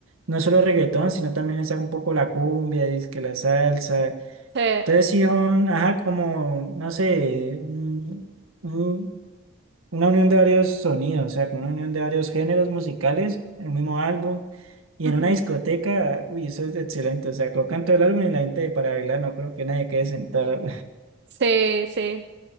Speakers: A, on the right (about 80°); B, on the right (about 55°).
A: no solo reggaetón, sino también saca un poco la cumbia, y que la salsa,
B: sí.
A: entonces sí, un- ajá, como, no sé, un- un- una unión de varios sonidos, o sea, como una unión de varios géneros musicales en un mismo álbum. Y
B: ujú,
A: en una discoteca, uy, eso es excelente, o sea, colocan todo el álbum y la gente para bailar, no creo que nadie quede sentado.
B: Sí, sí.